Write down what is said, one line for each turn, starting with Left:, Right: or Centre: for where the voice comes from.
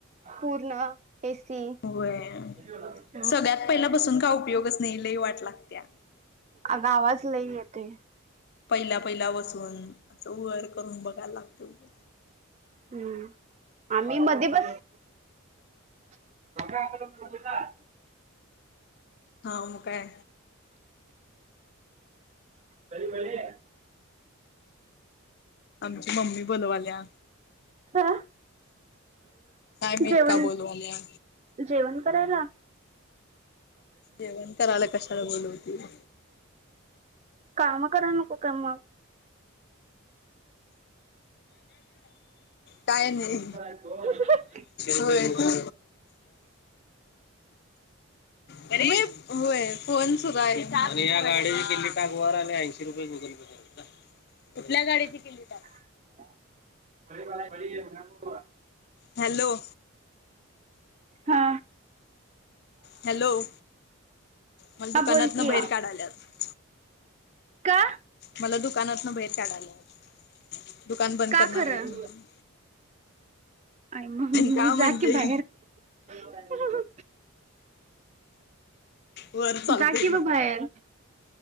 Right: पूर्ण ए सी.
Left: व्हय.
Right: किती वेळ लागलं?
Left: सगळ्यात पहिला बसून काय उपयोगच नाही लय वाट लागत्या.
Right: आगं आवाज लई येतोय.
Left: पहिल्या पहिला बसून असं वर करून बघायला लागतंय उगंच.
Right: हम्म आम्ही मध्ये बस <unintelligible>
Left: हा म काय
Right: <unintelligible> बरी आहे
Left: आमची मम्मी बलवाल्या.
Right: हा
Left: काय माहीत
Right: जेवण
Left: का बोलवाल्या.
Right: जेवण करायला?
Left: जेवण करायला कशाला बोलवतील?
Right: काम कराय नको काय मग.
Left: काय नाही.
Right: मग
Left: होेय, तू? बरी आहीस? होय, फोन सुरु आहे. आणि या गाडीची किली टॅंक वर आल्या आणि ऐंशी रुपये गुगल पे कुठल्या गाडीची किल्ली टाक?
Right: <unintelligible>
Left: हॅलो.
Right: हा.
Left: हॅलो मला दुकानातन
Right: हां बोलकी
Left: बाहेर काढाल्यात
Right: कां
Left: मलां दुकानांतून बाहेर काढायंला आहे दुकानं बंद
Right: का
Left: करणारं
Right: खरं
Left: आहेतं म्हणूंन
Right: आणि मंग मी
Left: का म्हणजे
Right: जां की बाहेर हं हां हां हं
Left: वर चालते
Right: कां की बाभयांल